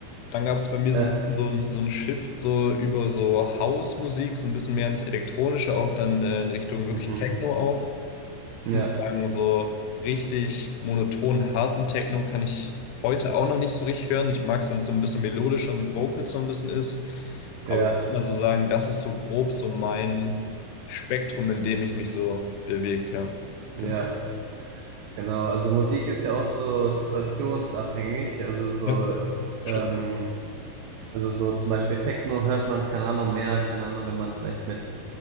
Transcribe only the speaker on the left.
dann gab es bei mir
so ein bisschen so ein, so ein Shift so über so House-Musik, so ein bisschen mehr ins Elektronische auch, dann äh, in Richtung wirklich
Techno auch. Ich
muss sagen, so richtig monoton, harten Techno kann ich heute auch noch nicht so richtig hören. Ich mag es, wenn es so ein bisschen melodischer mit Vocals so ein bisschen ist.
Aber ich würde mal so sagen, das ist so grob so mein Spektrum, in dem ich mich so bewege. Ja,
Genau.
ja. stimmt.